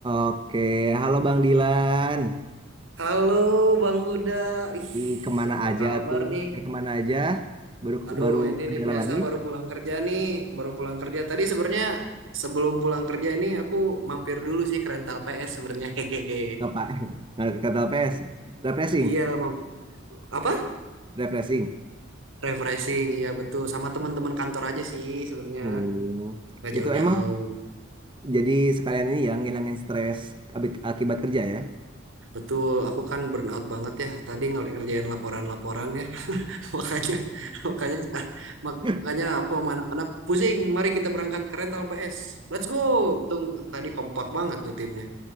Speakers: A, on the right (about 25°); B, on the right (about 85°).
A: Oke, halo Bang Dilan.
B: Halo Bang Huda, ih
A: Ih, kemana
B: apa
A: aja
B: kabar
A: tuh?
B: nih?
A: Eh, kemana aja? Baru
B: Aduh
A: baru
B: ini
A: kedengeran
B: nih biasa
A: lagi?
B: baru pulang kerja nih, baru pulang kerja. Tadi sebenarnya sebelum pulang kerja ini aku mampir dulu sih ke rental PS sebenarnya. <laughs> Hehehe.
A: Apa? <laughs> Nggak kata PS? Refreshing,
B: Iya, mamp- apa?
A: refreshing.
B: Refreshing, iya betul. Sama teman-teman kantor aja sih sebenarnya,
A: Oh,
B: nggak jauh-jauh.
A: itu emang jadi sekalian ini ya ngilangin stres abit- akibat kerja ya?
B: Betul, aku kan burnout banget ya. Tadi ngel- ngerjain laporan-laporan ya. <laughs> makanya makanya makanya
A: <laughs>
B: aku sama anak-anak pusing mari kita berangkat ke rental PS let's go untung tadi kompak banget tuh timnya